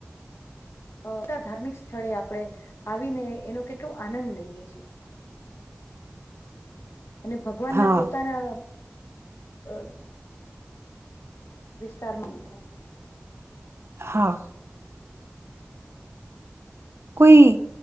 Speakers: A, on the left; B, on the right.
A: અ ધાર્મિક સ્થળે આપણે આવીને એનો કેટલુ આનંદ લઈએ છીએ. અને ભગવાન
B: હા
A: ના પોતાના. અ. વિસ્તાર મા દેખાય
B: હા. કોઈ